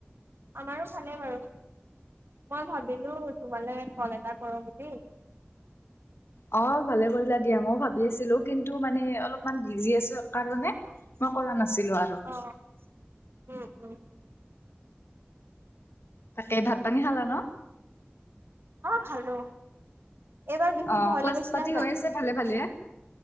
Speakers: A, on the right; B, on the left.
A: আমাৰো ভালেই বাৰু মই ভাবিলো তোমালে কল এটা কৰোঁ বুলি।
B: অ' ভালে কৰিলা দিয়া মই ভাবি আছিলো কিন্তু মানে অলপমান বিজি আছো। কাৰণে মই কৰা নাছিলো আৰু
A: অ উম উম
B: তাকে ভাত পানী খালা ন?
A: খালোঁ। এইবাৰ বিহুত
B: অ',
A: ঘৰলে
B: ক্লাছ
A: গৈছিলা
B: পাতি
A: নাই?
B: হৈ আছে ভালে ভালে